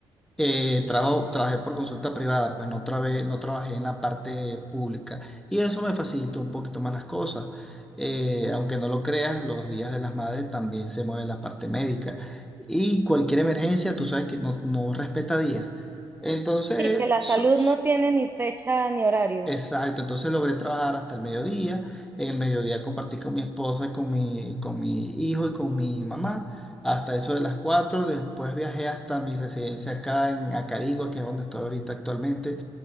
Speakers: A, in the centre; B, on the right.
A: Eh, trabajo, trabajé por consulta privada, pues no, trabé- no trabajé en la parte pública y eso me facilitó un poquito más las cosas. Eh, aunque no lo creas, los días de las madres también se mueve la parte médica y cualquier emergencia, tú sabes que no, no respeta días. Entonces,
B: Sí, que la
A: so-
B: salud no tiene ni fecha ni horario.
A: Exacto, entonces logré trabajar hasta el mediodía. En el mediodía compartí con mi esposa y con mi, con mi hijo y con mi mamá hasta eso de las 4. Después viajé hasta mi residencia acá en Acarigua, que es donde estoy ahorita actualmente.